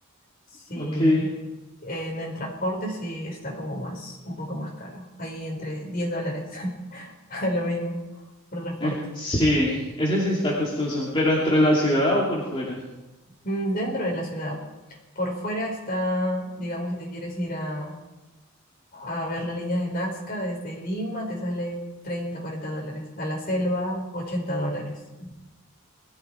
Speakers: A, on the left; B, on the left.
A: Si
B: Ok,
A: eh, en el transporte sí está como más, un poco más caro, ahí entre 10 dólares, <laughs> lo mismo, por transporte.
B: en- sí, ese sí está costoso, pero entre la ciudad o por fuera.
A: Mm, dentro de la ciudad, por fuera está, digamos, si te quieres ir a a ver las líneas de Nazca desde Lima, te sale 30 40 dólares. A la selva, 80 dólares